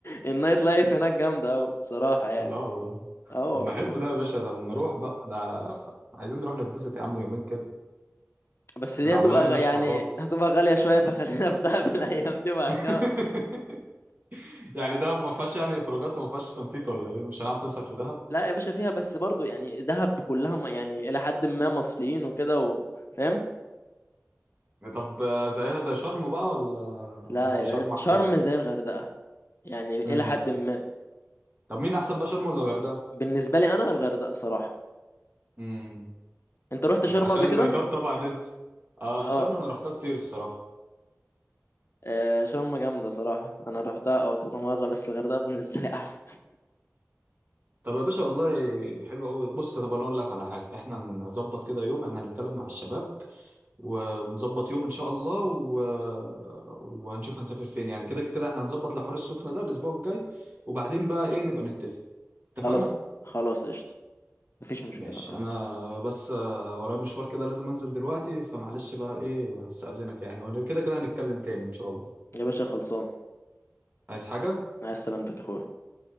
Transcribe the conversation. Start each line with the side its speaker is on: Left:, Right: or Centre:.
Left: النايت لايف هناك جامده قوي بصراحه يعني
Right: لا والله
Left: اه
Right: طب ما
Left: ربنا
Right: حلو ده يا باشا ده نروح بقى ده عايزين نروح نتبسط يا عم يومين كده
Left: بس دي
Right: العملية
Left: هتبقى غ...
Right: ناشفة
Left: يعني
Right: خالص
Left: هتبقى غاليه شويه فخلينا في دهب <laughs> الايام دي بعد
Right: <laughs>
Left: كده
Right: يعني دهب ما فيهاش يعني خروجات وما فيهاش تنطيط ولا ايه مش هنعرف نصرف في دهب
Left: لا يا باشا فيها بس برضو يعني دهب كلها م... يعني الى حد ما مصريين وكده و... فاهم
Right: طب آه، زيها زي شرم بقى ولا
Left: لا
Right: ولا
Left: يا
Right: شرم
Left: باشا
Right: احسن
Left: شرم زي الغردقه يعني الى
Right: امم
Left: حد ما
Right: طب مين احسن بقى شرم ولا الغردقه
Left: بالنسبه لي انا الغردقه صراحه
Right: امم
Left: انت رحت شرم
Right: آه، عشان
Left: قبل
Right: النايتات
Left: كده
Right: طبعا انت آه
Left: اه
Right: شرم انا رحتها كتير الصراحه
Left: آه، شرم جامده صراحه انا رحتها اه كذا مره بس الغردقه بالنسبه لي احسن
Right: طب يا باشا والله حلو قوي بص طب انا اقول لك على حاجه احنا نظبط كده يوم احنا هنتكلم مع الشباب و- ونظبط يوم ان شاء الله و... وهنشوف هنسافر فين يعني كده كده احنا هنظبط لحوار السخنه ده الاسبوع الجاي وبعدين بقى ايه نبقى نتفق اتفقنا
Left: خلاص خلاص قشطه مفيش مشكله
Right: ماشي
Left: آه.
Right: انا بس آه، ورايا مشوار كده لازم انزل دلوقتي فمعلش بقى ايه استأذنك يعني وانا كده كده هنتكلم تاني ان شاء الله
Left: يا باشا خلصان
Right: عايز حاجة
Left: مع السلامتك يا اخويا